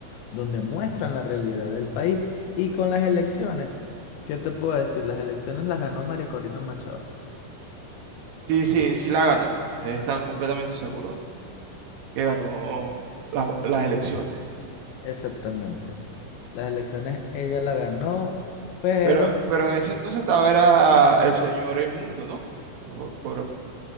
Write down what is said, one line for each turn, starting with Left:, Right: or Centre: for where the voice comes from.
Left: donde muestran la realidad del país y con las elecciones, ¿qué te puedo decir? Las elecciones las ganó María Corina Machado.
Right: Sí, sí, sí la ganó. Ustedes están completamente seguros que ganó
Left: Es,
Right: las, las elecciones.
Left: exactamente. Las elecciones ella la ganó, pero...
Right: Pero, pero en ese entonces estaba era el señor Inmundo, ¿no? Por, por,